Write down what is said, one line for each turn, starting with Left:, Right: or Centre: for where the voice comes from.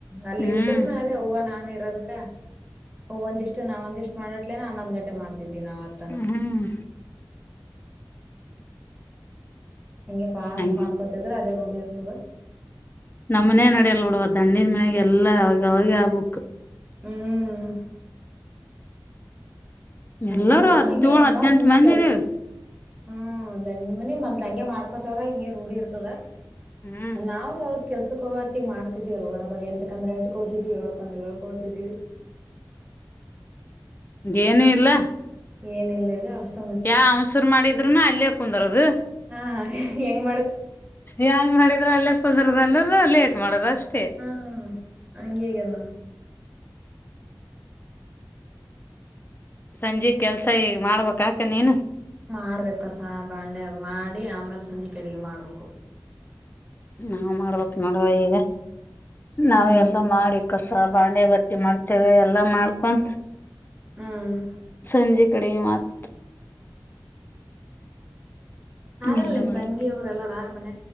Right: ಅಲ್ಲಿ
Left: ಹ್ಮ್
Right: ಇದ್ರನು ಅದೇ ಹವ ನಾನು ಇರೋದಕ್ಕ ಓ ಒಂದಿಷ್ಟು ನಾವ ಒಂದಿಷ್ಟು ಮಾಡಲ ನ ಹನ್ನೊ ಗಂಟೆ ಮಾಡ್ತಿದ್ವಿ ನಾವತ್
Left: ಹ್ಮ ಹ್ಮ್
Right: ಹಂಗೆ ಫಾಸ್ಟ್
Left: ಹಂಗ
Right: ಮಾಡ್ಕೊತಿದ್ರೆ ಅದೇ ರೂಢಿ ಇರ್ತದೆ
Left: ನಮ್ಮ್ನ ನಡಲ್ಲ ನೋಡುವ ದಣಂಡೀರ್ ಮನ್ಯಾಗ ಎಲ್ಲಾ ಅವ ಅವಾಗ ಆಗ್ಬುಕ್
Right: ಹ್ಮ್
Left: ಎಲ್ಲಾರೂ
Right: ಅಂದ್ರ
Left: ಹದ್ನೇಳು
Right: ಹಾಗೇ
Left: ಹದ್ನೆಂಟು
Right: ಮತ್ ಮತ್ತ್
Left: ಮಂದಿ
Right: ಕೆಲ್ಸ
Left: ಇದೀವಿ
Right: ಹ್ಮ್ ದಂಡ ಮನಿ ಮೊದ್ಲು ಹಂಗೆ ಮಾಡ್ಕೊಂತಾಗ ಹಿಂಗೆ ರೂಢಿ ಇರ್ತದ
Left: ಹ್ಮ್
Right: ನಾವು ಕೆಲ್ಸಕ್ಕೆ ಹೋಗತ್ತಗ ಮಾಡ್ತಿದವಲ್ಲ ಬಡ ಬಡ ಎಂಟ ಅಂದ್ರ ಎಟಕ್ಕೆ ಹದೀವಿ ಏಳ್ಕಂದ್ರೆ ಏಳಕ ಹೋಗತಿದ್ದೀವಿ
Left: ಏನು ಇಲ್ಲ
Right: ಏನಿಲ್ಲಗ ಅಷ್ಟ
Left: ಯಾವ ಹಸರು ಮಾಡಿದ್ರುನು ಅಲ್ಲಯೇ ಕುಂದರೋದು
Right: ಹಾ ಎಂಗ
Left: ಯಂಗ್ ಮಾಡಿದ್ರರು ಅಲ್ಲೇ ಪಂದರದನ್ನ ಲೇಟ್ ಮಾಡದ ಅಷ್ಟೇ
Right: ಹ್ಮ ಅಂಗಗನ್ನ
Left: ಸಂಜೆ ಕೆಲ್ಸ ಈ ಮಾಡ್ಬೇಕ ಆಕ ನೀನು
Right: ಮಾಡ್ಬೇಕಸ ಬಾಂಡೆದು ಮಾಡಿ ಆಮೇಲೆ ಸಂಜೆ ಕಡ್ಗೆ ಮಾಡ್ಬೇಕು
Left: ನಾವ್ ಮಾಡ್ಬೇಕ ನೋಡುವ ಈಗ
Right: ಹ್ಮ್
Left: ನಾವ ಎಲ್ಲಾ ಮಾಡಿ ಕಷ್ಟ ಬಾಣೆ ಬಟ್ಟಿ ಮರ್ಚವೆ ಎಲ್ಲ ಮಾಡ್ಕೊಂಡು
Right: ಹ್ಮ್
Left: ಸಂಜೆ ಕಡೆ ಮತ್
Right: ಹೌದಾ ಯಾರಲ್ಲ
Left: ಎಲ್ಲಾ
Right: ನಿಮ
Left: ಮಾಡ
Right: ತಂಗಿಯವ್ರ ಎಲ್ಲಾರ ಆರ ಮನ